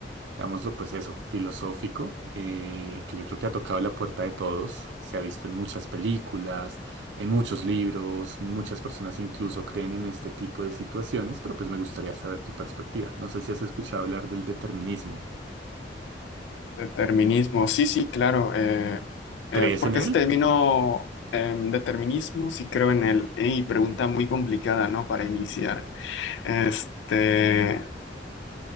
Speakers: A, on the right; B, on the left.
A: digámoslo, pues eso, filosófico, eh, que yo creo que ha tocado la puerta de todos. Se ha visto en muchas películas, en muchos libros, muchas personas incluso creen en este tipo de situaciones, pero pues me gustaría saber tu perspectiva. No sé si has escuchado hablar del determinismo.
B: Determinismo, sí, sí, claro. Eh,
A: ¿Crees
B: eh, ¿por
A: en
B: qué
A: él?
B: se te vino em, determinismo? Sí, creo en él. Y pregunta muy complicada, ¿no? Para iniciar. Este,